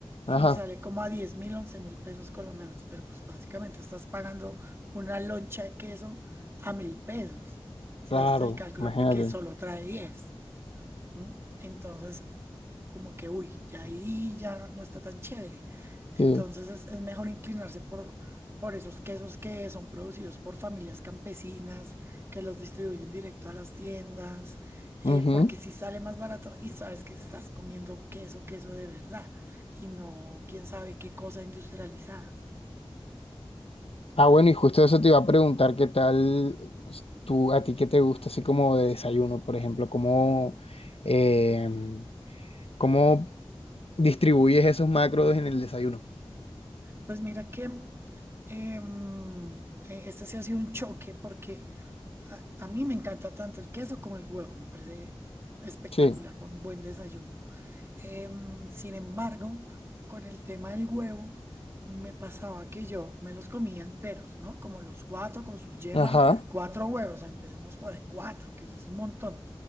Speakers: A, on the left; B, on the right.
A: Ajá,
B: y sale como a diez mil, once mil pesos colombianos. Pero pues básicamente estás pagando una loncha de queso a mil pesos, si
A: claro,
B: haces el cálculo,
A: imagínate.
B: porque solo trae diez ¿Mm? Entonces, como que, uy, ya ahí ya no está tan chévere.
A: Sí.
B: Entonces es, es mejor inclinarse por, por esos quesos que son producidos por familias campesinas, que los distribuyen directo a las tiendas,
A: ujú.
B: eh, porque si sale más barato y sabes que estás comiendo queso, queso de verdad, y no quién sabe qué cosa industrializada.
A: Ah, bueno, y justo eso te iba a preguntar, ¿qué tal s- tú, a ti qué te gusta así como de desayuno, por ejemplo? ¿Cómo, em, cómo distribuyes esos macros en el desayuno?
B: Pues mira que em, eh, este sí ha sido un choque porque a, a mí me encanta tanto el queso como el huevo, me parece espectacular
A: Sí,
B: para un buen desayuno. Em, sin embargo, con el tema del huevo, me pasaba que yo me los comía enteros, ¿no? Como los cuatro con sus yemas,
A: ajá,
B: cuatro huevos, o sea, empezamos por ahí, cuatro, que eso es un montón.